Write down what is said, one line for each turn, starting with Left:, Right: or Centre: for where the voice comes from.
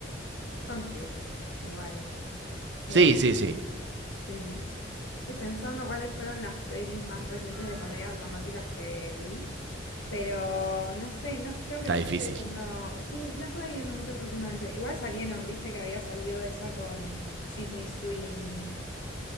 Left: Son cutes, igual. Eh,
Right: Sí, sí, sí.
Left: sí. Estoy pensando cuáles fueron las pelis más recientes de comedias románticas que vi, pero no sé, no, creo que
Right: Está
Left: no
Right: difícil.
Left: estuve viendo, sí, no estuve viendo muchas últimamente. Igual salieron, viste que había salido esa con Sydney Sweeney.